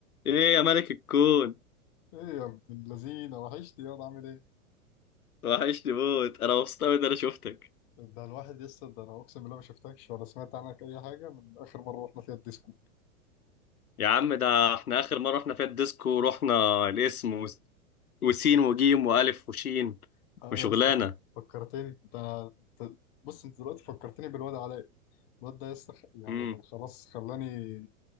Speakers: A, on the left; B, on the left.
A: ايه يا ملك الكون
B: ايه يا ابن اللذينه وحشتي يا واد، عامل ايه؟
A: وحشني موت انا مبسوط قوي ان انا شفتك
B: ده الواحد يسطا ده انا اقسم بالله ما شفتكش ولا سمعت عنك اي حاجه من اخر مره رحنا فيها الديسكو
A: يا عم ده احنا اخر مره رحنا فيها الديسكو رحنا الاسم و... وسين وجيم والف وشين
B: ايوه
A: وشغلانه
B: يا اسطى فك- فكرتني انت انا أنت- بص انت دلوقتي فكرتني بالواد علاء الواد ده يا اسطى خ- يعني
A: امم
B: خلاص خلاني